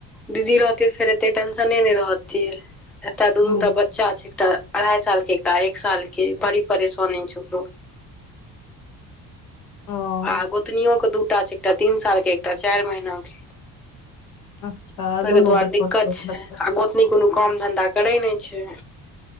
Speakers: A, in the centre; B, on the left.
A: दीदी रहतै फेर एते टेंशने नै रहतियै एतय दू
B: हूँ
A: दू टा बच चा छै एकटा अढ़ाई साल केँ एकटा एक साल केँ बड़ी परेशानी छै ओकरो
B: ओ
A: आ गोतनीयो केँ दूटा छै एकटा तीन साल केँ एकटा चारि महिना केँ ओहि
B: अच्छा दुनू
A: केँ दुआरे
B: के छोट
A: दिक्कत
B: छोट
A: छै
B: बच्चा
A: आ गोतनी कोनो काम धन्धा करै नहि छै